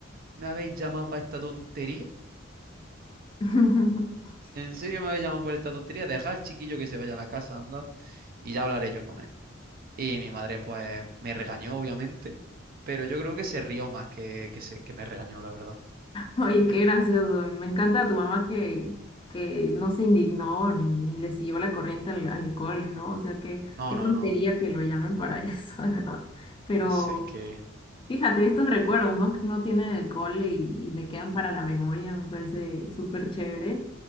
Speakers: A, on the right; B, on the left.
A: me habéis llamado para esta tontería?
B: <laughs>
A: ¿En serio me habéis llamado por esta tontería? Deja al chiquillo que se vaya a la casa, anda, y ya hablaré yo con él. Y mi madre, pues, me regañó, obviamente, pero yo creo que se rió más que, que, se- que me regañó, la verdad.
B: Oye,
A: Yo,
B: qué gracioso. y Me encanta tu mamá que, que no se indignó ni, ni le siguió la corriente al, al cole, ¿no? O sea, qué,
A: No,
B: qué tontería
A: no, no.
B: que lo llamen para eso, <laughs> de verdad. Pero.
A: O sea, es que,
B: Fíjate, estos recuerdos, ¿no? que No tienen el cole y, y le quedan para la memoria, me parece súper chévere.